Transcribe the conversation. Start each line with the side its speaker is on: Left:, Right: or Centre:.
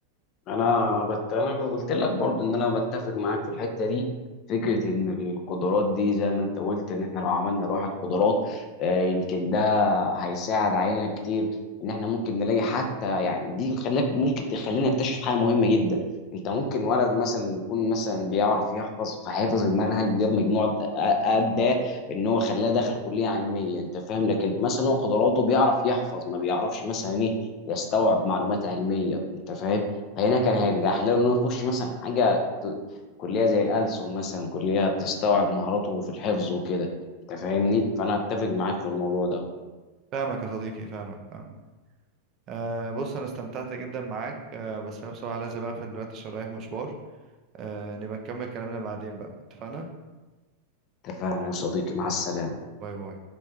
Left: انا بت... انا قلت لك برضو ان انا بتفق معاك في الحته دي فكره ان القدرات دي زي ما انت قلت ان احنا لو عملنا لواحد قدرات آه، يمكن ده هيساعد علينا كتير ان احنا ممكن نلاقي حتى يعني دي خلاك ممكن تخلينا نكتشف حاجه مهمه جدا انت ممكن ولد مثلا يكون مثلا بيعرف يحفظ فحافظ المنهج جاب مجموع ادى ان هو خلاه دخل كليه علميه انت فاهم لكن مثلا هو قدراته بيعرف يحفظ ما بيعرفش مثلا ايه يستوعب معلومات علميه انت فاهم فهنا كان هيرجح له انه يخش مثلا حاجه ت- كليه زي الألسن مثلا كليه تستوعب مهاراته في الحفظ وكده انت فاهمني فانا اتفق معاك في الموضوع ده
Right: فاهمك يا صديقي فاهمك فاهمك أه بص أنا استمتعت جدا معاك أه بس أنا بصراحة لازم أقفل دلوقتي عشان رايح مشوار أه نبقى نكمل كلامنا بعدين بقى اتفقنا؟
Left: اتفقنا يا صديقي مع
Right: ماشي.
Left: السلامه
Right: باي باي